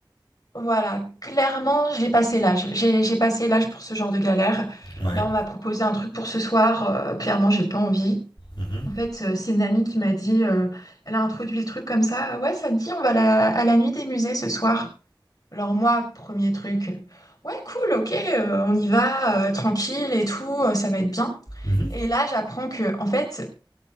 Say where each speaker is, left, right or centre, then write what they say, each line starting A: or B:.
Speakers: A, on the left; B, on the left.
A: voilà, clairement, j'ai passé l'âge. J'ai j'ai passé l'âge pour ce genre de galère.
B: Ouais.
A: Là, on m'a proposé un truc pour ce soir. euh, clairement, j'ai pas envie.
B: Mhm.
A: En fait, euh, c'est une amie qui m'a dit, euh, elle a introduit le truc comme ça. Ouais, ça te dit, on va à la à la nuit des musées ce soir. Alors moi, premier truc, ouais, cool, ok, euh, on y va, euh, tranquille et tout, euh, ça va être bien.
B: Mhm.
A: Et là, j'apprends que, en fait,